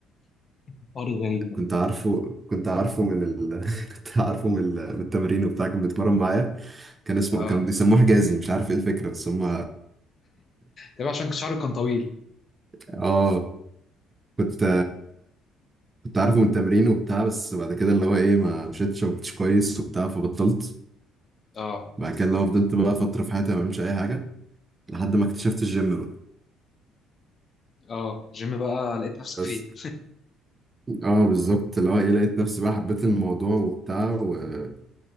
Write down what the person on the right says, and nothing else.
كنت عارفه كنت عارفه من ال... <laughs> كنت عارفه من, ال... من التمرين وبتاع كان بيتمرن معايا كان اسمه
كانوا بيسموه حجازي مش عارف ايه الفكره بس هم
اه كنت كنت عارفه من التمرين وبتاع بس بعد كده اللي هو ايه ما مشيتش ما كنتش كويس وبتاع فبطلت
بعد كده لو فضلت بقى فترة في حياتي ما بعملش أي حاجة لحد ما اكتشفت الجيم بقى
بس
اه بالظبط اللي هو ايه لقيت نفسي بقى حبيت الموضوع وبتاع و-